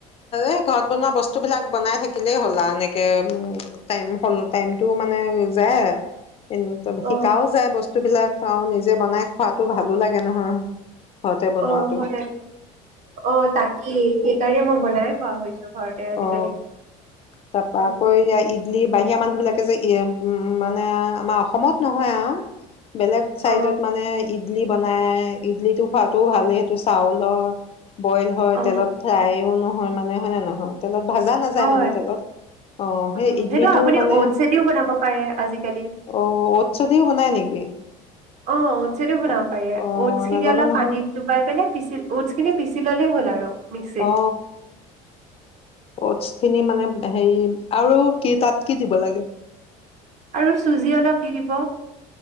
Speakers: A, on the left (about 35°); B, on the right (about 45°).
A: এ ঘৰত বনোৱা বস্তু বিলাক বনাই থাকিলেই হ'লা এনেকে উ টাইম হ'ল টাইমতটোও মানে যায় ত
B: অ
A: শিকাও যায় বস্তু বস্তুবিলাক আৰু নিজে বনাই খোৱাতো ভালো লাগে নহয় ঘৰতে বনোৱাটো
B: অ হয় অ তাকেই
A: অ
B: সেইকাৰণে মই বনাই খোৱা হৈছো ঘৰতে আজিকালি
A: তাৰ পৰা
B: উম
A: আকৌ এতিয়া ইডলি বাহিৰা মানুহ বিলাক তাকে যে ই উম মানে আমাৰ অসমত নহয় আহ বেলেগ চাইডত
B: অ
A: মানে ই ইডলি বনাই ইডলিটো খোৱাত টোও ভাল সেইটো চাউলৰ বইল তেলত
B: অ
A: ফ্ৰাইও নহয় হয় মানে হয় নহয় তেলত ভাজা নাযায়
B: হয়
A: মানে তেলত আহ সেই
B: উম
A: ইডলিটো
B: সেইটো আপুনি
A: মানে
B: ঔটছেদিও বনাব পাৰে আজিকালি
A: অ ঔট চদিও বনাই নেকি
B: অ টছেটো বনাব
A: অ
B: পাৰ
A: অ
B: উট খিনি
A: নাজানো
B: অলপ
A: নহয়
B: পানী ডুবাই পেলিই উডচ খিন পানী <unintelligible> ললেই হ'ল আৰু মিক্সিত
A: অ অটছ খিনি
B: উম
A: মানে হেৰি আৰু কি তাত কি দিব লাগে
B: আৰু চুজি অলপ দি দিব